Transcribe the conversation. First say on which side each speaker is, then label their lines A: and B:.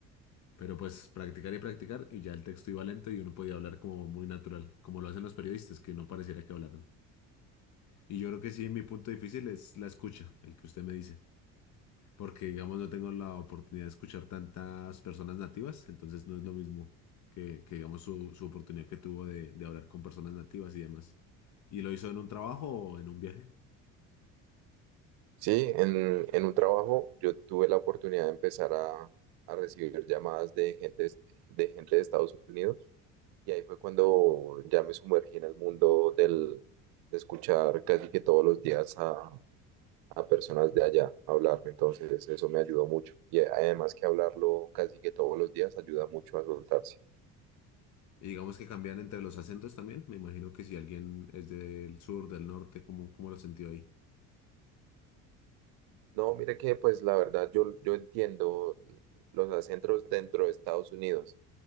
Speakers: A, on the left; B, on the right.
A: pero pues practicar y practicar y ya el texto iba lento y uno podía hablar como muy natural, como lo hacen los periodistas, que no pareciera que hablaran. Y yo creo que sí, mi punto difícil es la escucha, el que usted me dice porque digamos no tengo la oportunidad de escuchar tantas personas nativas, entonces no es lo mismo que, que digamos su, su oportunidad que tuvo de, de hablar con personas nativas y demás. ¿Y lo hizo en un trabajo o en un viaje?
B: Sí, en, en un trabajo yo tuve la oportunidad de empezar a, a recibir llamadas de gente, de gente de Estados Unidos y ahí fue cuando ya me sumergí en el mundo del, de escuchar casi que todos los días a, a personas de allá a hablar. Entonces eso me ayudó mucho. Y además que hablarlo casi que todos los días ayuda mucho a soltarse.
A: Y digamos que cambian entre los acentos también, me imagino que si alguien es del sur, del norte, ¿cómo, cómo lo sintió ahí?
B: No, mire que pues la verdad yo, yo entiendo los acentos dentro de Estados Unidos.